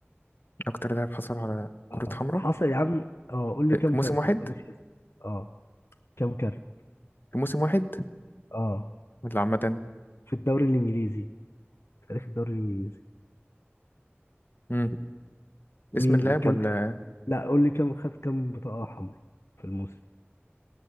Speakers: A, on the left; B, on the left.
A: اكتر لاعب حصل على كرة
B: اه
A: حمراء
B: حصل يا عم اه قول
A: في
B: لي كام
A: في موسم
B: كارت
A: واحد
B: ما تقوليش اسم اه كام كارت
A: في موسم واحد
B: اه
A: ولا عامة
B: في الدوري الانجليزي في تاريخ الدوري الانجليزي
A: امم
B: مين
A: اسم اللاعب
B: كام
A: ولا
B: كارت لا قول لي كام خد كام بطاقة حمراء في الموسم